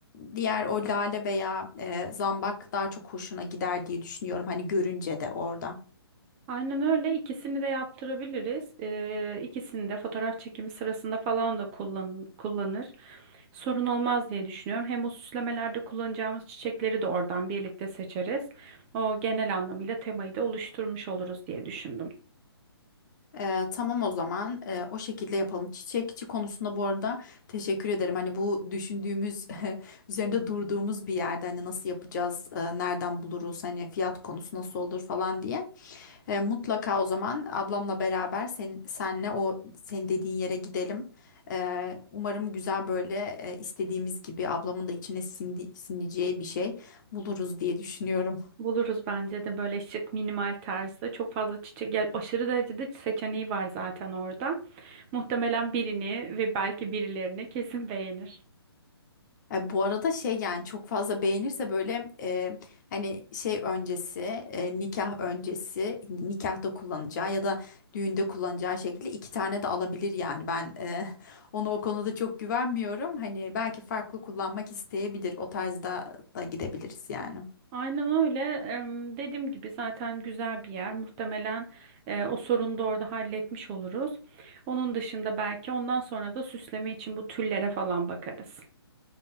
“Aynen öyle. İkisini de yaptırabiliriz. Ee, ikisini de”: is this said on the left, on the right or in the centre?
Right